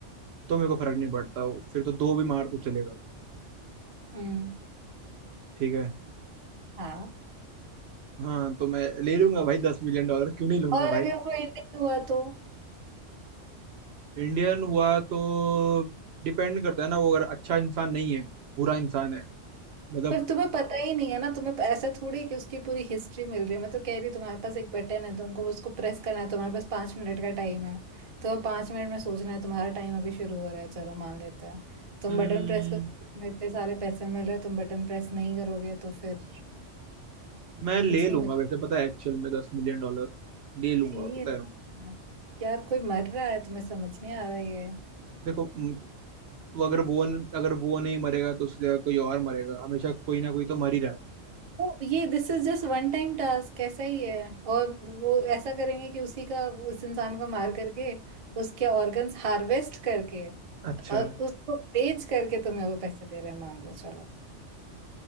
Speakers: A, on the right; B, on the right.
A: तो मेरे को फर्क नहीं पड़ता वो फिर तो दो भी मार तो चलेगा
B: हम्म
A: ठीक है
B: हाँ
A: हाँ तो मैं ले लूंगा भाई दस मिलियन डॉलर क्यों नहीं लूंगा
B: और
A: भाई
B: अगर वो इंडियन हुआ तो
A: इंडियन हुआ तो डिपेंड करता है ना वो अगर अच्छा इंसान नहीं है बुरा इंसान है मतलब
B: पर तुम्हें पता ही नहीं है ना तुम्हें ऐसा थोड़ी है कि उसकी पूरी हिस्ट्री मिल रही है मैं तो कह रही हूँ, तुम्हारे पास एक बटन है तुमको बस उसको प्रेस करना है तुम्हारे पास पांच मिनट का टाइम है तो अब पांच मिनट में सोचना है तुम्हारा टाइम अभी शुरू हो रहा है चलो मान लेते हैं तुम
A: हम्म,
B: बटन प्रेस करोगे तुम्हें इतने सारे पैसे मिल रहे हैं तुम बटन प्रेस नहीं करोगे तो फिर
A: मैं ले
B: कुछ
A: लूंगा
B: नहीं
A: वैसे पता है एक्चुअल में दस मिलियन डॉलर ले लूंगा
B: थी
A: पता
B: ना।
A: है
B: यार कोई मर रहा है तुम्हें समझ नहीं आ रहा ये
A: देखो हम्म, वो अगर वो न, अगर वो नहीं मरेगा तो उसकी जगह कोई और मरेगा हमेशा कोई ना कोई तो मर ही रहा है
B: वो ये this is just one time task ऐसा ही है और वो ऐसा करेंगे कि उसी का उस इंसान को मार करके उसके ऑर्गन्स हार्वेस्ट करके
A: अच्छा
B: और उसको बेच करके तुम्हें वो पैसे दे रहे हैं मान लो चलो